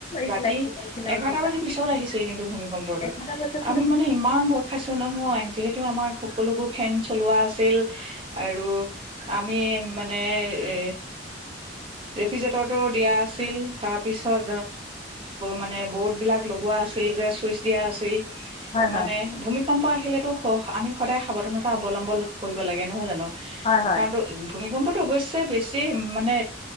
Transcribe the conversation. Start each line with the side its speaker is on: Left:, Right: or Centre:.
Right: ৰাতি
Left: কি লাগিছিল লাগিছিল লাগিছিল লাগিছিল
Right: এঘাৰটা বাজি পিছত আহিছোহি কিন্তু ভূমিকম্পটো
Left: এঘাৰটা বজাত কিন্তু
Right: আমি মানে ইমান ভয় খাইছো। নহয় যিহেতু আমাৰ সকলোবোৰ ফেন চলোৱা আছিল। আৰু আমি মানে এ এফিজটৰটো দিয়া আছিল তাৰ পিছত মানে। ব'ৰ্ডবিলাক লগোৱা আছিল যে ছুইচ দিয়া আছিল।
Left: হয়
Right: মানে
Left: হয়
Right: ভূমিত কম্প আহিলেতো। স আমি সদায় সাৱধানতা অৱলম্বন কৰিব লাগে নহয় জানো।
Left: হয় হয়
Right: কাৰণ তো ভূমিকম্প। অৱশ্যে বেছি মানে।